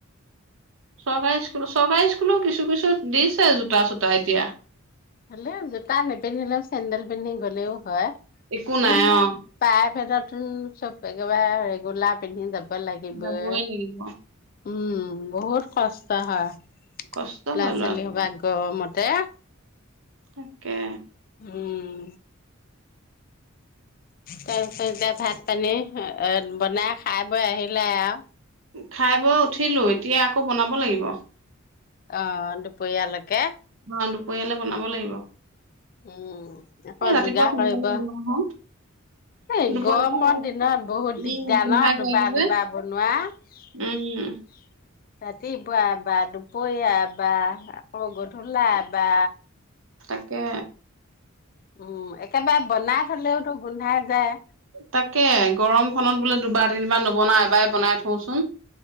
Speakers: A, on the right; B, on the left.
A: চৰকাৰী স্কুল, চৰকাৰী স্কুলো কিছু-কিছু দিছে জোতা চোতা এতিয়া।
B: হ'লেও জোতা নেপিন্ধিলেও চেন্দেল পিন্ধি গ'লেও হয়।
A: একো নাই
B: <unintelligible>
A: অ
B: উম, চব একেবাৰে ৰেগুলা পিন্ধি যা <unintelligible> লাগিবই
A: যাবই লাগিব
B: উম। বহুত কষ্ট হয়।
A: কষ্ট হয়
B: ল'ৰা-ছোৱালী
A: ল'ৰা ছোৱালী
B: সোপা গৰমত এহ্
A: তাকে।
B: উম। তাৰ পিছত এতিয়া ভাত পানী এ বনাই খাই বৈ আহিলে আৰু
A: খাই বৈ উঠিলোঁ এতিয়া আকৌ বনাব লাগিব।
B: অ', দুপৰীয়ালৈকে।
A: অ', দুপৰীয়ালে বনাব লাগিব।
B: উম, আকৌ
A: এ ৰাতিপুৱা
B: যোগাৰ
A: সোনকালে
B: কৰিব।
A: বনোৱা হয়
B: এই
A: দুপৰীয়া
B: গৰমৰ
A: অকণ
B: দিনত বহুত
A: উম
B: দিগদাৰ
A: গোন্ধাই
B: ন
A: যায়গে
B: দুবা
A: যে
B: দুবা বনোৱা। ৰাতিপুৱা
A: উম
B: বা দুপৰীয়া বা আকৌ গধূলা বা
A: তাকে।
B: উম, একেবাৰে বনাই থলেওতো গোন্ধাই যায়।
A: তাকে, গৰম খনত বোলে দুবাৰ তিনিবাৰ নবনাও এবাৰে বনাই থওঁচোন।